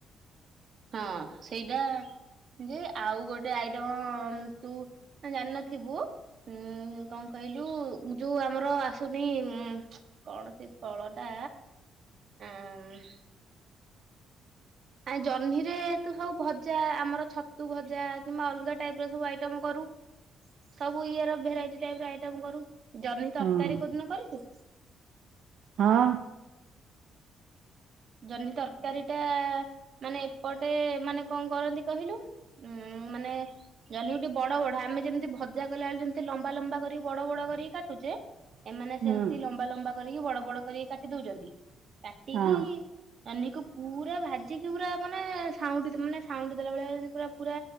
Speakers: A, on the right; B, on the right.
A: ହଁ ସେଇଟା ଯେ ଆଉ ଗୋଟେ ଆଇଟମ ହଁ ତୁ ଜାଣିନଥିବୁ। ହୁଁ, କଣ କହିଲୁ ଯୋଉ ଆମର ଆସୁନି କଣ ସେ ଫଳଟା, ଆଁ ମାନେ ଜହ୍ନିରେ ତୁ ସବୁ ଭଜା ଆମର ଛତୁ ଭଜା କିମ୍ବା ଅଲଗା ଟାଇପ ର ସବୁ ଆଇଟମ କରୁ।
B: <inaudible>
A: ସବୁ ଇଏ ର ଭେରାଇଟି ଟାଇପ ର ଆଇଟମ କରୁ। ଜହ୍ନି ତରକାରୀ
B: ହଁ
A: କଉ ଦିନ କରିଛୁ?
B: ହଁ।
A: ଜହ୍ନି ତରକାରୀଟା ମାନେ ଏପଟେ ମାନେ କଣ କରନ୍ତି କହିଲୁ? ଉୁଁ ମାନେ ଜହ୍ନିକୁ ଟିକେ ବଡ଼ ବଡ଼ ଆମେ ଯେମିତି ଭଜା କଲା ବେଳେ ଯେମିତି ଲମ୍ବା ଲମ୍ବା କରିକି ବଡ଼ ବଡ଼ କରିକି କାଟୁଛେ, ଏମାନେ ସେମତି
B: ହୁଁ
A: ଲମ୍ବା ଲମ୍ବା କରିକି ବଡ଼ ବଡ଼ କରିକି କାଟି ଦଉଛନ୍ତି କାଟିକି
B: ହଁ
A: ଜହ୍ନିକୁ ପୁରା ଭାଜିକି ପୁରା ମାନେ ସାଉଁଟି ମାନେ ସାଉଁଟି ଦେଲା ଭଳିଆ ଯେମିତି ପୁରା ପୁରା